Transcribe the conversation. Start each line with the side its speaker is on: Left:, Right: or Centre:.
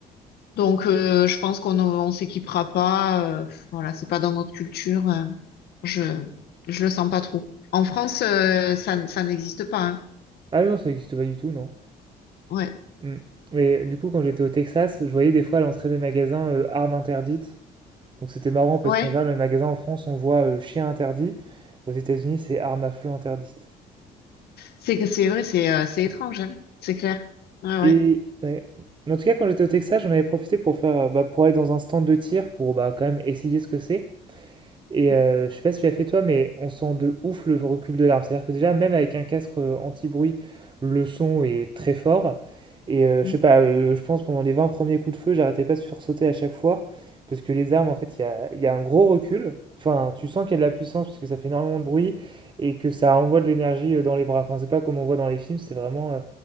Left: Donc, euh, je pense qu'on on s'équipera pas. euh, voilà, c'est pas dans notre culture. euh, je je le sens pas trop. En France, euh, ça n- ça n'existe pas. Hein.
Right: Ah non, ça n'existe pas du tout, non.
Left: Ouais,
Right: Hmm. Mais du coup, quand j'étais au Texas, je voyais des fois à l'entrée des magasins euh, armes interdites. Donc c'était marrant parce
Left: ouais.
Right: qu'en général, dans les magasins en France, on voit euh, chien interdit. Aux États-Unis, c'est armes à feu interdites.
Left: C'est que c'est vrai, c'est euh, c'est étrange. Hein. C'est clair. Ouais,
Right: Et
Left: ouais.
Right: ouais. En tout cas, quand j'étais au Texas, j'en avais profité pour faire, euh, bah, pour aller dans un stand de tir pour bah, quand même essayer ce que c'est. Et
Left: Mm,
Right: euh, je sais pas si tu as fait toi, mais on sent de ouf le recul de l'arme. C'est-à-dire que déjà, même avec un casque euh, anti-bruit, le son est très fort. Et euh,
Left: mm.
Right: je sais pas, euh, je pense pendant les 20 premiers coups de feu, j'arrêtais pas de sursauter à chaque fois. Parce que les armes, en fait, il y a, il y a un gros recul. Enfin, tu sens qu'il y a de la puissance parce que ça fait énormément de bruit et que ça envoie de l'énergie euh, dans les bras. Enfin, c'est pas comme on voit dans les films, c'est vraiment. euh,